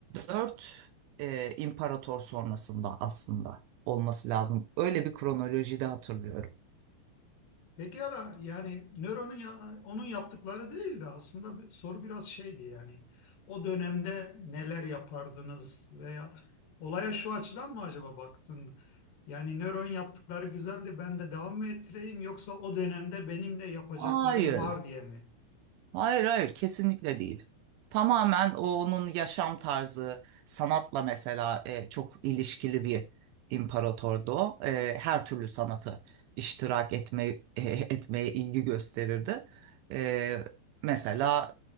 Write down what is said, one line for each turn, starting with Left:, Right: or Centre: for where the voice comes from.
Right: dört e, imparator sonrasında aslında olması lazım. Öyle bir kronolojide hatırlıyorum.
Left: Peki ara yani Nero'nun ya- onun yaptıkları değildi aslında bir, soru biraz şeydi yani o dönemde neler yapardınız veya olaya şu açıdan mı acaba baktın? Yani Nero'nun yaptıkları güzeldi ben de devam mı ettireyim yoksa o dönemde benim de yapacaklarım
Right: Hayır.
Left: var diye mi?
Right: Hayır hayır kesinlikle değil. Tamamen o onun yaşam tarzı, sanatla mesela e, çok ilişkili bir imparatordu o. E, her türlü sanatı iştirak etme, e, <laughs> etmeye ilgi gösterirdi. E, mesela